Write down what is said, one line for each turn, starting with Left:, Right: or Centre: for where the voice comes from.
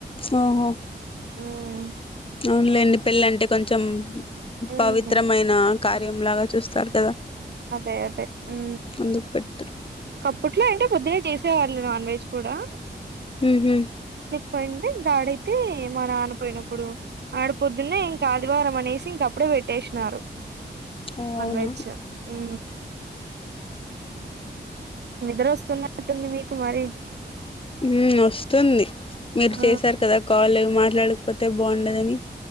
Left: ఓహో
Right: మ్మ్
Left: అవునులేండి పెళ్ళంటే కొంచెం
Right: మ్మ్
Left: పవిత్రమైన కార్యం లాగ చూస్తారు కదా
Right: అదే అదే ఊ
Left: అందుకు పెట్టరు
Right: అప్పట్లో అంటె పొద్దునే చేసే వాళ్ళు నాన్ వెజ్ కూడా
Left: ఉ హ్మ్
Right: పోయింటె ఇంకా అడిగితే మా నాన్న పోయినప్పుడు ఆడ పొద్దున్నే ఇంకా ఆదివారం అనేసి ఇంక అప్పుడే పెట్టేసినారు
Left: ఓ
Right: నాన్
Left: అవునా
Right: వెెజ్ ఊ నిద్ర వస్తున్నట్టుంది మీకు మరి
Left: వు వస్తుంది మీరు
Right: ఆ
Left: చేశారు కదా కాల్ మా మాట్లాడకపోతే బావుండదని